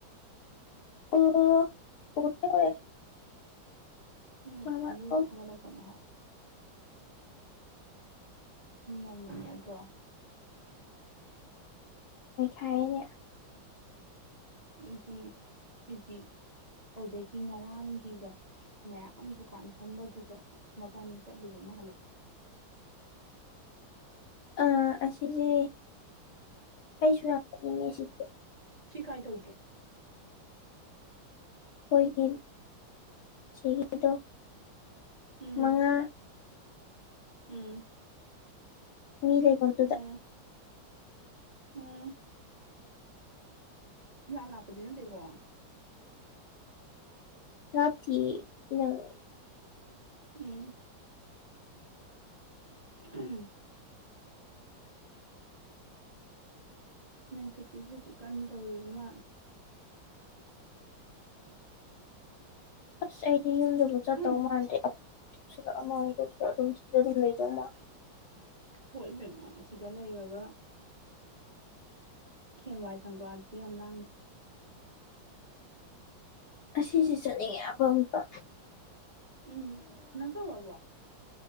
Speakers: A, on the left; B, on the right.
A: ꯑꯣ ꯑꯣ ꯎꯔꯦ ꯎꯔꯦ
B: ꯎꯝ
A: ꯃꯃꯥ
B: ꯑꯗꯨ
A: ꯑꯣ
B: ꯊꯥꯒꯠꯂꯛꯄꯅꯦ ꯍꯥꯏꯕ ꯃꯤꯠ ꯌꯥꯝ ꯅꯥꯅꯗ‌ꯔꫭ
A: ꯅꯩꯈꯥꯏꯔꯤꯅꯦ
B: ꯑꯗꯨꯅꯤ ꯍꯥꯏꯗꯤ ꯑꯗꯨꯗꯒꯤ ꯉꯔꯥꯡꯒꯤꯒ ꯃꯌꯥꯝ ꯗꯨꯀꯥꯟ ꯐꯝꯕꯗꯨꯗ ꯃꯕꯥꯅꯤ ꯆꯠꯂꯨꯕ ꯃꯥꯜꯂꯦ
A: ꯑ ꯑꯁꯤꯁꯦ ꯑꯩꯁꯨ ꯌꯥꯝ ꯆꯠꯅꯤꯡꯉꯦ ꯁꯤꯁꯦ
B: ꯁꯤ ꯀꯥꯏ ꯇꯧꯒꯦ
A: ꯑꯩꯈꯣꯏꯒꯤ ꯑꯁꯤꯒꯤꯗꯣ
B: ꯎꯝ
A: ꯃꯉꯥ
B: ꯎꯝ
A: ꯇꯃꯤꯂꯩꯕꯗꯨꯗ
B: ꯎꯝ ꯎꯝ ꯌꯥꯝ ꯂꯥꯞꯄꯗꯤ ꯅꯠꯇꯦꯀꯣ
A: ꯊꯥꯞꯇꯤꯌꯦ ꯏꯅꯛ ꯅꯛꯏ
B: ꯎꯝ <unintelligible> ꯃꯦꯟꯐꯤꯠꯀꯤꯁꯨ ꯍꯧꯖꯤꯛ ꯀꯟꯅ ꯇꯧꯔꯤꯕ ꯃꯥꯜꯂꯦ
A: ꯑꯁ ꯑꯩ ꯌꯨꯝꯗꯨꯕꯨ ꯆꯠꯇꯧ
B: ꯊꯥꯏꯅꯤ
A: ꯃꯥꯟꯗꯦ ꯑꯃꯥꯃꯨꯛ ꯇꯧꯁꯜꯂꯛ‌ ꯑꯃꯥꯃꯨꯛ ꯇꯧꯁꯜꯂꯛ‌ ꯑꯗꯨꯝ ꯁꯤꯗ ꯑꯗꯨꯝ ꯂꯩꯗꯧ ꯃꯥꯜꯂꯦ
B: ꯍꯣꯏ ꯏꯕꯦꯝꯃꯥ ꯁꯤꯗ ꯂꯩꯔꯒ ꯍꯦꯟ ꯋꯥꯥꯏ ꯁꯪꯗ꯭ꯔꫭ ꯑꯗꯗꯤ ꯌꯥꯝ ꯂꯥꯡꯉꯅꯤ
A: ꯉꯁꯤꯁꯦ ꯆꯠꯅꯤꯡꯉꯦꯕ ꯑꯃꯨꯛꯀ
B: ꯎꯝ ꯅꯪ ꯆꯧꯔꯕꯣ